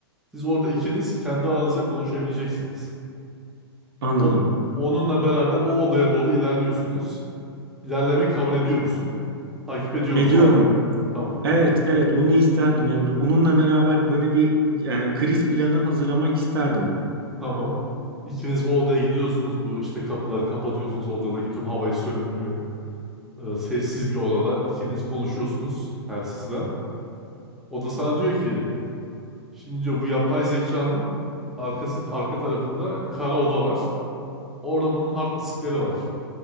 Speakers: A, in the centre; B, on the right.
A: Siz orada ikiniz kendi aranızda konuşabileceksiniz.
B: Anladım.
A: On- onunla beraber o odaya doğru ilerliyorsunuz. İlerlemeyi kabul ediyor musun? Takip ediyor
B: Ediyorum.
A: musun? Tamam.
B: Evet, evet bunu isterdim yani onunla beraber böyle bir yani kriz planı hazırlamak isterdim.
A: Tamam. İkiniz o odaya gidiyorsunuz. Bu işte kapıları kapatıyorsunuz. Odadaki tüm havayı sönülüyor. Ee, sessiz bir odada ikiniz konuşuyorsunuz telsizden. O da sana diyor ki şimdi diyor bu yapay zekanın arkası arka tarafında kara oda var. Orada bunun hard diskleri var.